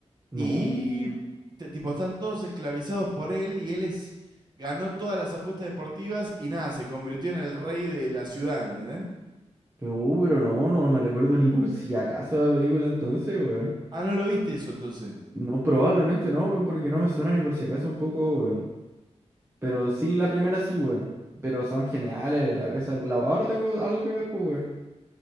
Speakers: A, on the right; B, on the right.
A: no,
B: y te- tipo, están todos esclavizados por él, y él es, ganó todas las apuestas deportivas y nada, se convirtió en el rey de la ciudad, ¿entendés?
A: pero, uh, pero no, no me recuerdo ni por si acaso la película entonces, weón.
B: Ah, ¿no lo viste eso entonces?
A: No, probablemente no, weón, porque no me suena ni por si acaso un poco, weón. Pero sí, la primera sí, weón. Pero son geniales, la, esa- la- ahora tengo algo que ver, pues, weón.